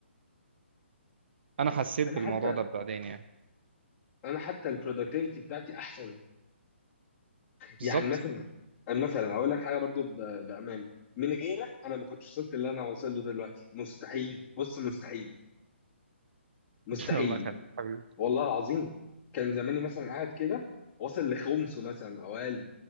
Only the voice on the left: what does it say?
انا
حتى
انا حتى البرودكتيفيتي بتاعتي احسن
يعني مثلا مثلا هقول لك حاجه برضو ب- بامانه من غيرك انا ما كنتش وصلت اللي انا واصل له دلوقتي مستحيل بص مستحيل مستحيل
والله العظيم كان زماني مثلا قاعد كده واصل لخمسه مثلا او اقل